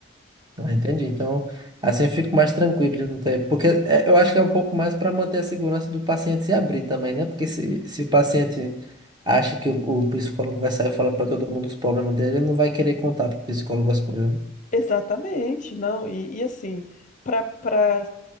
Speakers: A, on the right; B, on the left.
A: Ah, entendi. Então, assim eu fico mais tranquilo, de não ter... porque é, eu acho que é um pouco mais para manter a segurança do paciente se abrir também, né? Porque se, se o paciente acha que o, o psicólogo vai sair falando para todo mundo os problemas dele, ele não vai querer contar para o psicólogo as coisas, né?
B: Exatamente, não. E, e assim, para para